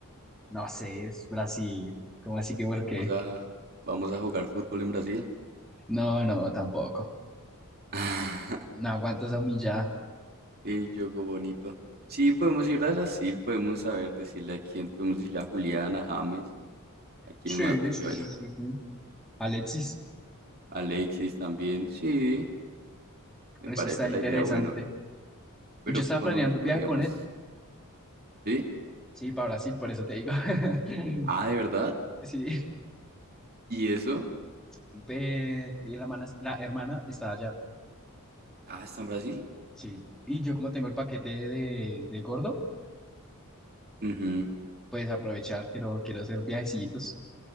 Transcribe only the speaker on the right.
vamos
a, vamos a jugar fútbol en Brasil.
<laughs>
El yogo bonito. Sí, podemos ir a Brasil, podemos saber decirle a quién, podemos decirle a Julián, a James, a quién
más para
que vaya.
Alexis también, sí, me
parece
la idea bueno. Pero
¿cuándo
nos podríamos?
¿Sí?
Ah, ¿de verdad?
¿Y eso?
Ah, ¿está en Brasil?
Ujú.